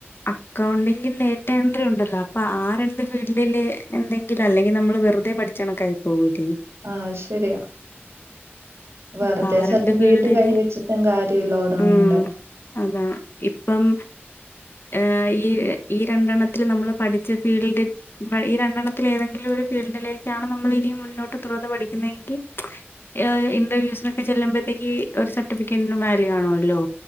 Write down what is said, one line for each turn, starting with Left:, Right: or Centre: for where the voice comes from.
Left: അക്കൗണ്ടിങ്ങി നെറ്റേറായിട്ടിയ്യുണ്ട്ലോ അപ്പൊ ആ രണ്ട് ഫീൽഡില് എന്തെങ്കിലും അല്ലെങ്കിൽ നമ്മൾ വെറുതെ പഠിച്ച ച്ചണക്കായി പോവുണ്ടി
Right: ആഹ് ശരിയാ വെറുതെ
Left: അപ്പൊ ആ
Right: സർട്ടിഫിക്കറ്റ്
Left: രണ്ട് ഫീൽഡില്
Right: കൈ വച്ചിട്ടും കാര്യല്ല ഓരോന്നിറ്റ്
Left: ഉം അതാ ഇപ്പം ഏഹ് ഈ ഈ രണ്ടെണ്ണത്തിൽ നമ്മൾ പഠിച്ച ഫീൽഡ് മ് ഈ രണ്ടെണ്ണത്തിൽ ഏതെങ്കിലും ഒരു ഫീൽഡിലേക്കാണ് നമ്മൾ ഇനിയും മുന്നോട്ട് തുടർന്ന് പഠിക്കുന്നതെങ്കിൽ മ്മച് ഏഹ് ഇന്റർവ്യൂസിനക്ക ചെലുപോത്തെക്കി ഒരു സർട്ടിഫിക്കറ്റി വാല്യു ആണോല്ലോ